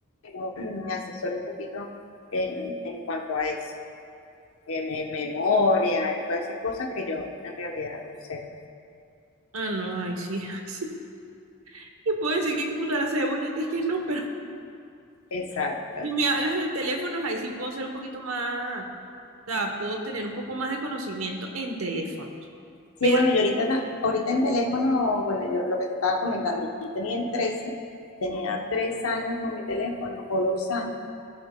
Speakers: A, on the left (about 75°); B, on the right (about 75°).
A: como me asesore un poquito en, en cuanto a eso, en, en memoria, en todas esas cosas que yo en realidad no sé.
B: Ah, no, ahí sí, <laughs> ahí sí. Te puedo decir que computadora se ve bonita y que no, pero
A: Exacto.
B: <laughs> si me hablas de teléfonos, ahí sí puedo ser un poquito más, o sea, puedo tener un poco más de conocimiento en teléfonos.
A: Sí,
B: Pero
A: bueno, yo ahorita, ta- ahorita en teléfono, bueno, yo lo que te estaba comentando, yo tenía el 13, tenía tres años con mi teléfono o dos años.